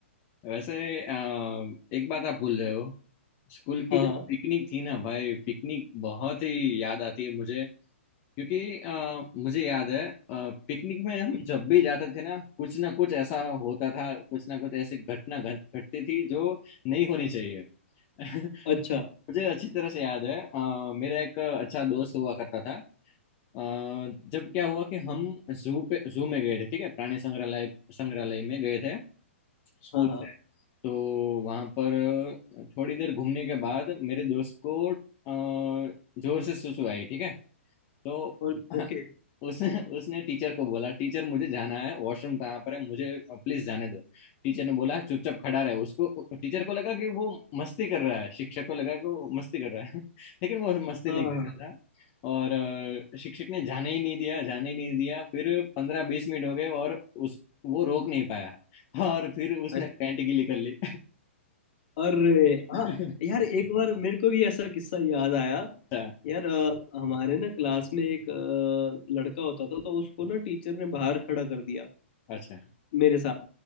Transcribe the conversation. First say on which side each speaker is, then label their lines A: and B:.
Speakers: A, on the left; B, on the left.
A: वैसे अ, एक बात आप भूल रहे हो स्कूल की
B: हाँ
A: जो पिकनिक थी ना भाई पिकनिक बहुत ही याद आती है मुझे क्योंकि अ, मुझे याद है पिकनिक में हम जब भी जाते थे ना कुछ ना कुछ ऐसा होता था कुछ ना कुछ ऐसी घटना घट घटती थी जो नहीं होनी
B: हाँ।
A: चाहिए <laughs>
B: अच्छा
A: मुझे अच्छी तरह से याद है अ, मेरा एक अच्छा दोस्त हुआ करता था अ, जब क्या हुआ कि हम जू पे जू में गए थे ठीक है प्राणी संग्रहालय संग्रहालय में गए थे स्कूल
B: हाँ हाँ
A: से तो वहां पर थोड़ी देर घूमने के बाद मेरे दोस्त को अ, जोर से सुसु आई ठीक है तो
B: और
A: <laughs>
B: ओके
A: उसने उसने टीचर को बोला टीचर मुझे जाना है वॉशरूम कहाँ पर है मुझे प्लीज जाने दो टीचर ने बोला चुपचाप खड़ा रहे उसको टीचर को लगा कि वो मस्ती कर रहा है शिक्षक को लगा कि वो मस्ती कर रहा है <laughs> लेकिन वो मस्ती
B: हाँ
A: नहीं कर
B: हाँ
A: रहा था और अ, शिक्षक ने जाने ही नहीं दिया जाने ही नहीं दिया फिर पंद्रह बीस मिनट हो गए और उस वो रोक नहीं पाया <laughs> और फिर उसने
B: हाँ।
A: पैंट गीली कर ली
B: अरे हाँ
A: <laughs>
B: यार एक बार मेरे को भी ऐसा किस्सा याद आया
A: अच्छा
B: यार अ, हमारे ना क्लास में एक अ, लड़का होता था तो उसको ना टीचर ने बाहर खड़ा कर दिया
A: अच्छा
B: मेरे साथ